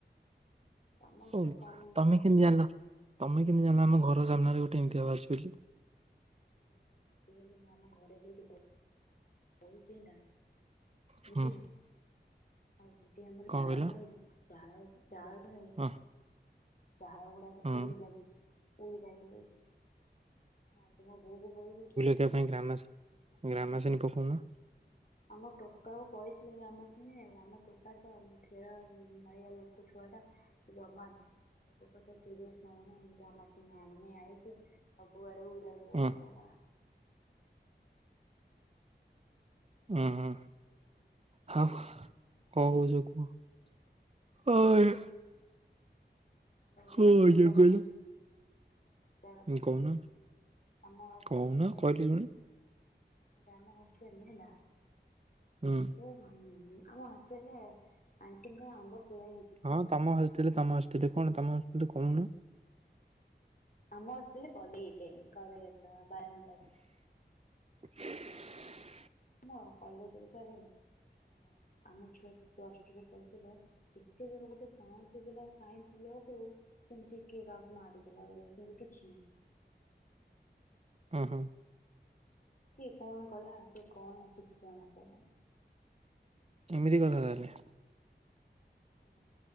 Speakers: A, on the left; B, on the right.
A: ତମ
B: ହଉ
A: ଘରେ କଣ ମୁଣ୍ଡ
B: ତମେ
A: ଦେଖା
B: କେମିତି
A: ହଉଛି।
B: ଜାଣିଲ ତମେ କେମିତି ଜାଣିଲ ଆମ ଘର ସାମ୍ନାରେ
A: ମୁଁ
B: ଗୋଟେ ଏମିତି ବାହାରୁଛି ବୋଲି।
A: <unintelligible> ବଇଛି ହେଲା
B: ହୁଁ
A: ବୁଝିଲ ଆଉ ସେଠି ଆମର
B: କଣ
A: ଜାଳରୁ
B: କହିଲ
A: ଆଇଲେ ଚାଳ ଚାଳରୁ ହେଇଛି
B: ହଁ
A: ଚାଳ ଗୁଡାକ
B: ହଁ
A: ଉଇ ଲାଗିଛି। ମୁଁ ରାଗି ଯାଇଛି ଆଜି ମୋ ବୋଉକୁ କହିବି
B: ଇଆ ପାଇଁ ଗ୍ରାମା ଗ୍ରାମାସିନି ପକଉନ।
A: ଆମ ଟୋକାକୁ କହିଥିଲୁ ଗ୍ରାମାସିନ ଆଣିଆକୁ ଆମ ଟୋକାତ ଖେଳ ମାରିବା ଲୋକ ଛୁଆଟା ଜମା ସବୁ କଥା ସିରିଅସ୍ ନଉନି ଗାମାସିନ ଆଣିନି ଆଇଚି। ସବୁଆଡେ ଉଇ ଲାଗିଗଲେଣି
B: ଉଁ
A: ଆମର।
B: ଉହୁଁ।
A: <unintelligible>
B: ହାଁ କଣ କହୁଛ କୁହ ଅଇଁ।
A: ଆଉ
B: କହୁଛ
A: ଗୋଟେ ମଜା
B: କହିଲ?
A: କଥା ଶୁଣ ଗୋଟେ ମ ଜା କଥା ଶୁଣ
B: କହୁନ
A: ଆମ ହଷ୍ଟେଲରେ
B: କହୁନ କହିଲେ ଶୁଣେ
A: ଆମ ହଷ୍ଟେଲ ରେ ହେଲା
B: ହୁଁ।
A: ହ ଆମ ହଷ୍ଟେଲ ରେ ଆଣ୍ଟିଙ୍କ ଆମ୍ବ ଫୁଲ
B: ହଁ ତମ ହଷ୍ଟେଲ ତମ ହଷ୍ଟେଲ କଣ ତମ ଆସୁଥିଲେ କହୁନ।
A: ଆମ ହଷ୍ଟେଲରେ ପଡିତେ କଲେଜ ବାରଣ୍ଡାରେ।
B: <inaudible>
A: ମୋ କଲେଜରେ ତାର ହେଲା ଆମ ଛୁଆ ପ୍ଲସ ଟୁ ରେ ପଢୁଥିଲେ। ଏତେ ଜୋର ଗୋଟେ ସାଉଣ୍ଟୁ ହେଲା ସାଇନ୍ସ ଇଏକୁୁ। କେମିତି କିଏ କାହାକୁ ମାରିଦେଲା ଭଳିଆ କିନ୍ତୁ କିଛି ନାହିଁ।
B: ହୁଁ ହୁଁ।
A: କିଏ କଣ କଲା କିଏ କଣ କିଛି ଜଣା ପଡଲାନି।
B: ଏମିତି କଥା ତାହେଲେ।
A: ହଁ